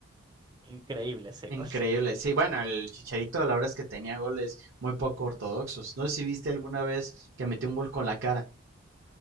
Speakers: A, on the right (about 20°); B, on the right (about 60°).
A: Increíble ese
B: Increíble.
A: gol. <laughs>
B: Sí, bueno, el Chicharito, la verdad es que tenía goles muy poco ortodoxos. No sé si viste alguna vez que metió un gol con la cara.